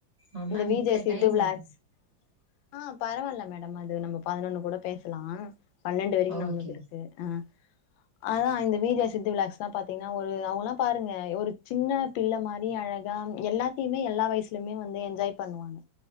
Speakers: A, on the right; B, on the left.
A: ஆ மேம்
B: இந்த வி ஜேஸ் சித்து
A: டைமு
B: விலாஸ் ஆ பரவால்ல மேடம் அது நம்ம பதினொன்னு கூட பேசலா பன்னெண்டு வரைக்கு
A: ஓகே
B: நம்மள்து இருக்கு அ அதா இந்த வீஜேஸ் சித்து விலாஸ்லா பாத்தீங்கன்னா ஒரு அவுங்கலா பாருங்க ஒரு சின்ன பிள்ள மாரி அழகா எல்லாத் தியுமே எல்லா வயசுலயுமே வந்து என்ஜாய் பண்ணுவாங்க